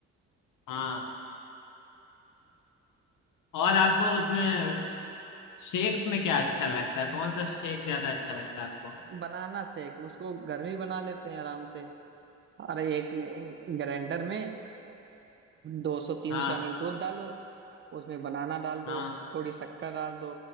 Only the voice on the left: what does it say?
हाँ और आपको उसमें शेक्स में क्या अच्छा लगता है कौन सा शेक ज्यादा अच्छा लगता है आपको
हाँ
हाँ